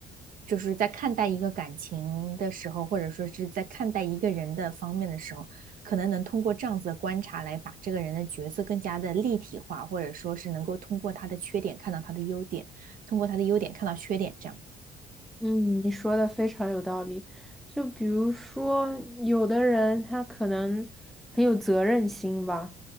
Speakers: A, on the right; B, in the centre.
A: 就是在看待一个感情的时候，或者说是在看待一个人的方面的时候，可能能通过这样子的观察来把这个人的角色更加的立体化，或者说是能够通过他的缺点看到他的优点。通过他的优点看到缺点，这样子。
B: 嗯，你说的非常有道理。就比如说，有的人他可能很有责任心吧，